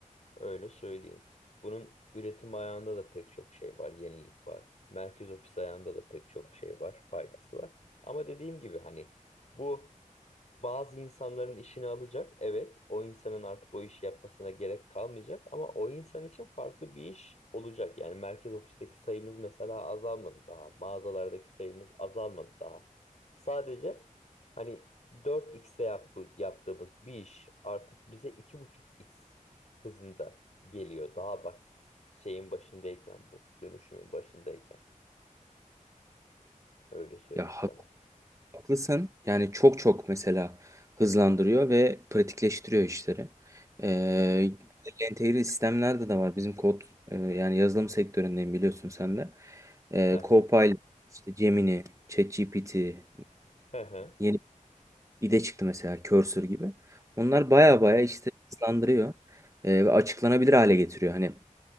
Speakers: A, on the left; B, on the right.
A: Öyle söyleyeyim. Bunun üretim ayağında da pek çok şey var, yenilik var. Merkez ofis ayağında da pek çok şey var, faydası var. Ama dediğim gibi hani bu bazı insanların işini alacak. Evet, o insanın artık o işi yapmasına gerek kalmayacak ama o insan için farklı bir iş olacak. Yani merkez ofisteki sayımız mesela azalmadı daha. Mağazalardaki sayımız azalmadı daha. Sadece hani dört xte yaptı- yaptığımız bir iş artık bize iki buçuk x hızında geliyor. Daha bak şeyin başındayken bu, dönüşümün başındayken. Öyle söyleyeyim
B: Ya hak-
A: sana.
B: haklısın. Yani çok çok mesela hızlandırıyor ve pratikleştiriyor işleri. Ee,
A: Hı hı.
B: entegreli sistemlerde de var. Bizim kod e, yani yazılım sektöründeyim biliyorsun sen de. E,
A: Hı hı.
B: Copilot, işte Gemini, ChatGPT, e,
A: Hı hı.
B: yeni bir de çıktı mesela Cursor gibi. Onlar baya
A: Hı hı.
B: baya işte hızlandırıyor e, ve açıklanabilir hale getiriyor. Hani